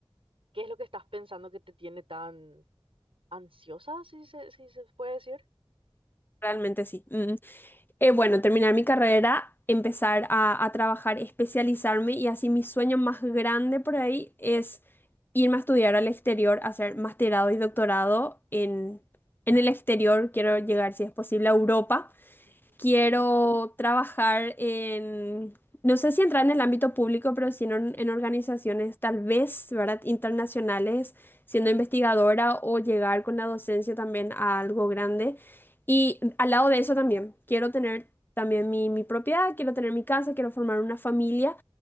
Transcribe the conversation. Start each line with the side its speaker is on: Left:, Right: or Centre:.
Right: qué es lo que estás pensando que te tiene tan ansiosa, si se, si se puede decir.
Left: realmente sí. mm. eh, bueno, terminar mi carrera, empezar a, a trabajar, especializarme y así mi sueño más grande por ahí es irme a estudiar al exterior, hacer masterado y doctorado en, en el exterior. Quiero llegar, si es posible, a Europa
Right: Ujú.
Left: Quiero trabajar en, no sé si entrar en el ámbito público, pero sí en, or- en organizaciones tal vez, ¿verdad? Internacionales, siendo investigadora o llegar con la docencia también a algo grande. Y al lado de eso también, quiero tener también mi, mi propiedad, quiero tener mi casa, quiero formar una familia.